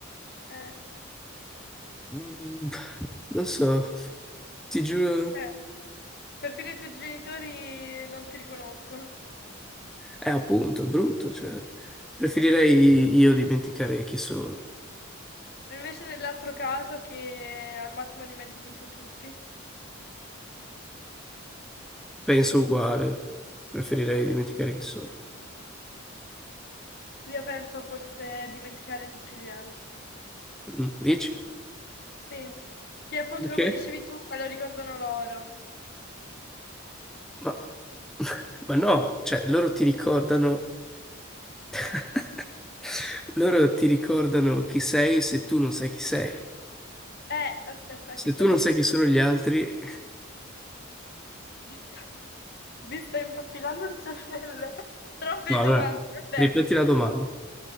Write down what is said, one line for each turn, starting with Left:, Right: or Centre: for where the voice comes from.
Left: Eh,
Centre: Mm, Non so, ti giuro,
Left: eh. Perfino i tuoi genitori non ti riconoscono.
Centre: è appunto, è brutto, cioè, preferirei io dimenticare chi sono.
Left: E Invece nell'altro caso che al massimo dimentichi tu tutti,
Centre: Penso uguale, preferirei dimenticare chi sono.
Left: io penso forse a dimenticare tutti gli altri.
Centre: Mm, Dici?
Left: Sì, che appunto
Centre: Perché?
Left: come dicevi tu, me lo ricordano loro.
Centre: Ma, <laughs> ma no, cioè, loro ti ricordano, <laughs> loro ti ricordano chi sei se tu non sai chi sei.
Left: Eh, aspetta,
Centre: Se
Left: che sto
Centre: tu
Left: dicendo?
Centre: non sai chi sono gli altri... <laughs>
Left: Mi sto, mi sto impappinando il cervello. <laughs> Troppe
Centre: No, allora,
Left: domande. Vabbè,
Centre: ripeti la domanda,